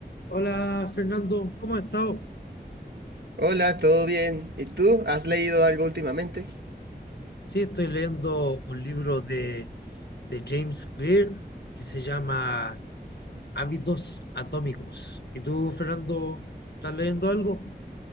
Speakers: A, on the left; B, on the right.
A: Hola Fernando, ¿cómo has estado?
B: Hola, ¿todo bien? ¿Y tú? ¿Has leído algo últimamente?
A: Sí, estoy leyendo un libro de, de James Clear que se llama Hábitos Atómicos. ¿Y tú, Fernando, estás leyendo algo?